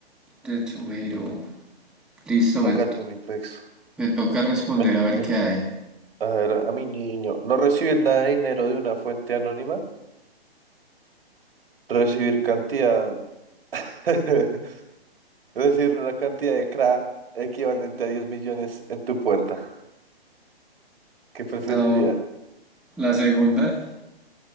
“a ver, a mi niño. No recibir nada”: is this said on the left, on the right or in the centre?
Right